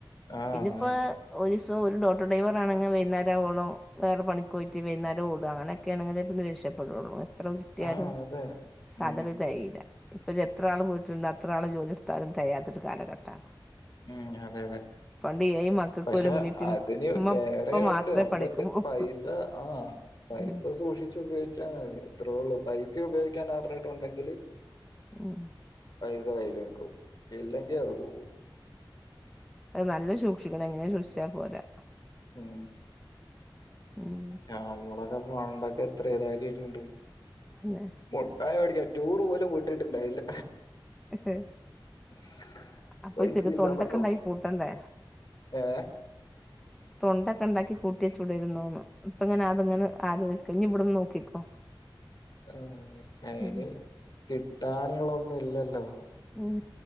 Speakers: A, on the left; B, in the centre.
A: ആഹ്
B: പിന്നിപ്പോ
A: ആഹ്
B: ഒരുസ് സൊ ഒരു ടോട്ടോഡ്രൈവർ ആണെങ്കി വൈകുന്നേരാവോണോ വേറെ പണിക്ക് പോയി്റ്റ് വൈന്നേര ഓട അങ്ങനൊക്കെണെങ്കില് പ്പന്ന് രക്ഷപ്പെടോള്ളു ത്ര ഉര്ട്ട്യാലും
A: ആഹ് അതെ
B: സാധനം
A: ഉം
B: തെയില്ല ഇപ്പൊരു എത്ര ആള് വീട്ടി ണ്ടൊ അത്ര ആള് ജോലി എട്ത്താലുംതയാത്തൊരു കാലഘട്ടാണ്
A: ഉം അതെതെ.
B: പണ്ട് ഏഴ് മക്കക്ക്
A: പക്ഷെ
B: ഒരു ഉമ്മീം ഉപ്പീം
A: അതിന്
B: ഉമ്മ
A: വേറെ
B: ഉപ്പ മാത്രേ
A: ണ്ട് അപ്പതെ
B: പണിക്ക് പോവുള്ളൂ
A: പൈസ ആ പൈസ
B: ഉം
A: സൂക്ഷിച്ചു പയോഇച്ചാമതി ത്രേള്ളൂ പൈസ യുപയോയിക്കാൻ അർഞ്ഞിട്ടുണ്ടെങ്കില്
B: ഉം
A: പൈസ കയ്യില് നിക്കൂ ഇല്ലെങ്കി അത് പോഉ
B: അഹ് നല്ല സൂക്ഷിക്കണം എങ്ങനെ സൂക്ഷിച്ചാ പോരാ
A: ഉം
B: ഉം
A: ആഹ് നമ്മളൊക്കെ വണ്ടൊക്കെ എത്ര ഇതാക്കിട്ടുണ്ട്.
B: തന്നെ
A: മോട്ടായി വെടിക്കാൻ. ടൂറ് പോലും വിട്ടിട്ടുണ്ടായില്ല.
B: ഹ
A: <unintelligible>
B: അപ്പൊ
A: പൈസ
B: ചെറിയ
A: ഇല്ലന്നൊക്കെ
B: തൊണ്ടൊക്കെ ഉണ്ടായി കൂട്ടണ്ടേ
A: ഏ
B: തൊണ്ടൊക്കെ ഉണ്ടാക്കി കൂട്ടി ചുടരുന്നോന്ന് ഇപ്പ ഇങ്ങനെ അതിങ്ങനെ ആലോചിക്കോ ഇനി ഇവിടന്ന് നോക്കിക്കോ.
A: ആ അയിന്
B: ഉം
A: കിട്ടാനുള്ളൊന്നും ഇല്ലല്ലോ ആ
B: ഉം